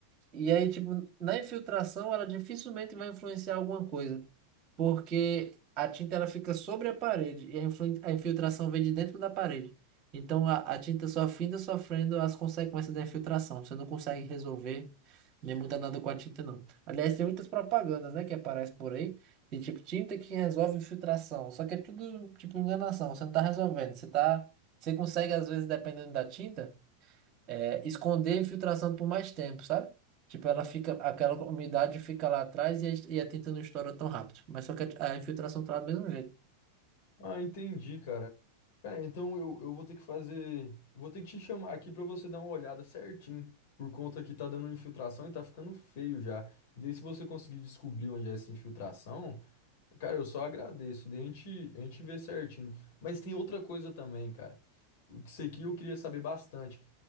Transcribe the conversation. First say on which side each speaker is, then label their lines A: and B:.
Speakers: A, on the right; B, on the left.
A: E aí, tipo, na infiltração, ela dificilmente vai influenciar alguma coisa porque a tinta ela fica sobre a parede e a influ- a infiltração vem de dentro da parede. Então a, a tinta só finda sofrendo as consequências da infiltração. Você não consegue resolver nem mudar nada com a tinta, não. Aliás, tem muitas propagandas, né, que aparecem por aí. Tem tipo tinta que resolve infiltração. Só que é tudo tipo enganação. Você não tá resolvendo. Você tá, você consegue às vezes, dependendo da tinta é, esconder a infiltração por mais tempo, sabe? Tipo, ela fica, aquela umidade fica lá atrás e a, e a tinta não estoura tão rápido. Mas só que a, a infiltração tá lá do mesmo jeito.
B: Ah, entendi, cara. Cara, então eu, eu vou ter que fazer. Vou ter que te chamar aqui pra você dar uma olhada certinho. Por conta que tá dando infiltração e tá ficando feio já. E daí, se você conseguir descobrir onde é essa infiltração. Cara, eu só agradeço. Daí a gente, a gente vê certinho. Mas tem outra coisa também, cara. O que- Isso aqui eu queria saber bastante.